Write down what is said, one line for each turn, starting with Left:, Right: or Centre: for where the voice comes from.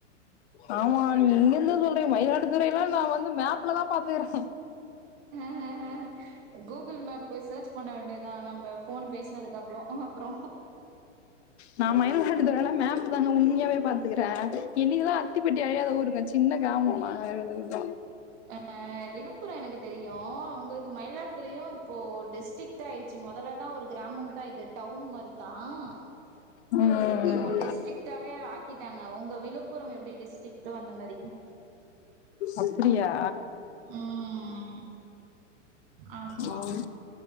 Left: ஆமா நீ என்ன சொல்ரிங்க மயிலாடுதுறைையில நா வந்து மேப்ல தான் பாத்துக்கறே
Right: ஆ ஆ கூகுள் மேப் போய் சர்ச் பண்ண வேண்டியதா நம்ம போன் பேசனதுக்கு அப்புற அப்புற
Left: நா மயிலாடுதுறை எல்லா மேப் தாங்க உண்மையாவே பாத்துக்றே இன்னைக்குதா அத்திப்பட்டி அழியாத ஊருங்க சின்ன கிராம்மா ஆர்வேத தா
Right: ஆ விழுப்புர எனக்கு தெரியு உங்களுக்கு மயிலாடுதுறையு இப்போ டிஸ்ட்ரிக் ஆயிடுச்சு முதலல்லன்னா ஒரு கிராமம் தா இது டவுன் தான்
Left: ம்
Right: இப்போ டிஸ்ட்ரிக்ட் ஆவே கிட்டாங்க உங்க விழுப்புரம் எப்டி டிஸ்ட்ரிக்ட்டோ அந்த மாரி
Left: அப்படியா
Right: ம் ஆமா
Left: ம்